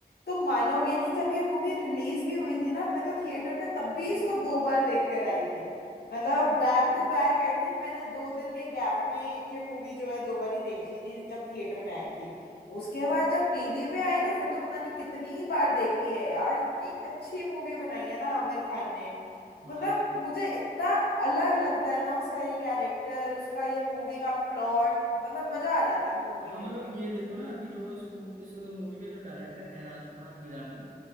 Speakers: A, on the left; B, on the right.
A: तुम मानोगे नहीं जब ये मूवी रिलीज भी हुई थी ना मैं तो थिएटर में तब भी इसको दो बार देख कर आई थी मतलब back to back I think मैंने दो दिन के गैप में ये मूवी जो है दो बार ही देख ली थी जब थिएटर में आई थी उसके बाद जब टीवी पे आई तो फिर तो पता नहीं कितनी बार देख ली है यार इतनी अच्छी मूवी बनाई है ना आमिर खान ने
B: हाँ
A: मतलब
B: यार
A: मुझे इतना अलग लगता है ना उसका ये कैरेक्टर उसका ये मूवी का प्लॉट मतलब मजा आ जाता है वो मूवी
B: हाँ
A: देख
B: मतलब
A: के
B: ये देखो ना कि जो इस फू- इस मूवी के जो डायरेक्टर हैं राजकुमार हिरानी